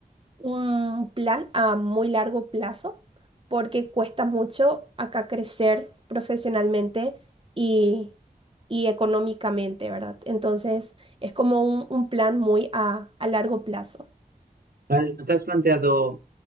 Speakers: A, on the right; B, on the right.
A: un plan a muy largo plazo porque cuesta mucho acá crecer profesionalmente y, y económicamente, ¿verdad? Entonces es como un, un plan muy a, a largo plazo.
B: Vale, ¿no te has planteado,